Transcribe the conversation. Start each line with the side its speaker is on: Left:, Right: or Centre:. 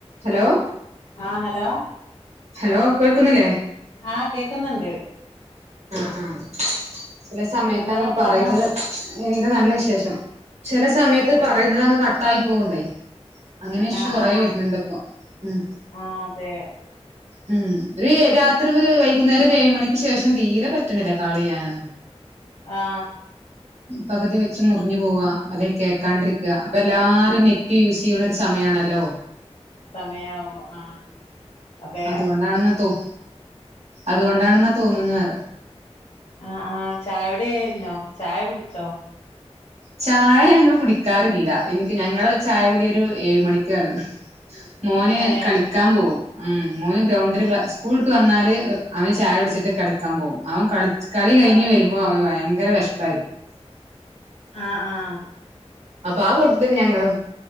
Right: Hello
Left: ആ hello
Right: hello കേൾക്കുന്നില്ലേ
Left: ആ കേക്കുന്നുണ്ട്
Right: ആ ആ ചില സമയത്ത്
Left: എന്താ
Right: അങ്ങ്
Left: വർത്താനം
Right: പറയുന്നത് എന്റെ നല്ല വിശേഷം ചില സമയത്ത്
Left: ആ
Right: പറയുന്നത് അങ്ങ് കട്ടായി പോണ്ടെ അങ്ങനെ ഇഷു
Left: ആ
Right: കൊറെ
Left: ആ
Right: വരുന്നുണ്ട് ഇപ്പൊ ഉം
Left: ആ അതെ
Right: ഉം ഒരു രാത്രി ര് വൈകുന്നേരം ഒരു ഏഴ് മണിക്ക് ശേഷം തീരെ പറ്റണില്ല കാൾ ചെയ്യാനൊന്നും
Left: ആ
Right: പകുതി വെച്ച് മുറിഞ്ഞു പോവാ അത് കേക്കാണ്ടിരിക്കുക അപ്പൊ എല്ലാരും നെറ്റ് യൂസ് ചെയ്യണ ഒരു സമയമാണല്ലോ
Left: സമയാവും ആ അതെ
Right: അതുകൊണ്ടാണെന്നാ തോ അതുകൊണ്ടാണെന്ന തോന്നുന്നറെ
Left: അ ആ ചായഉടി കഴിഞ്ഞോ ചായ കുടിച്ചോ
Right: ചായ ഞങ്ങൾ കുടിക്കാറില്ല എനിക്ക് ഞങ്ങള് ചായ കുടിയൊരു ഏഴ് മണിക്ക്യാണ് മോന്
Left: ഏ
Right: കളിക്കാൻ പോവും ഉം മൂന്ന് ഗ്രൗണ്ടില് ല സ്കൂളട്ട് വന്നാല് അവന് ചായൊട്ച്ചിട്ട് കളിക്കാൻ പോവും അവൻ കളി കളി കഴിഞ്
Left: ആ
Right: വരുമ്പോ അവന് വ ഭയങ്കര വെശ് പ്പായിരിക്കും
Left: ആഹ് ആഹ്
Right: അപ്പ ആ കൂട്ടത്ത്ന് ഞങ്ങളും